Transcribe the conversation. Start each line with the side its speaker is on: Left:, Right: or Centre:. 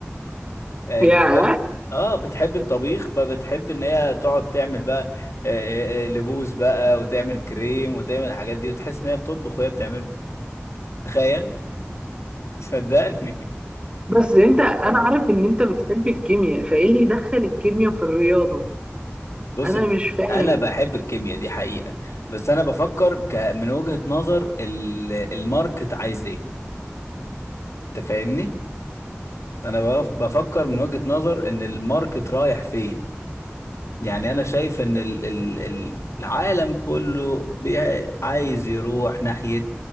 Left: آه،
Right: يا
Left: بتحب اه بتحب الطبيخ فبتحب ان هي تقعد تعمل بقى آه، آه، آه، لبوس بقى وتعمل كريم وتعمل الحاجات دي وتحس ان هي بتطبخ وهي بتعمل تخيل <laughs> صدقني
Right: بس انت انا عارف ان انت بتحب الكيمياء فايه اللي يدخل الكيمياء في الرياضه
Left: بص
Right: انا
Left: انت-
Right: مش فاهم
Left: انا بحب الكيمياء دي حقيقة بس انا بفكر ك من وجهة نظر ال- الماركت عايز ايه انت فاهمني انا بف- بفكر من وجهة نظر ان الماركت رايح فين يعني انا شايف ان ال- ال- ال- العالم كله بي- عايز يروح ناحية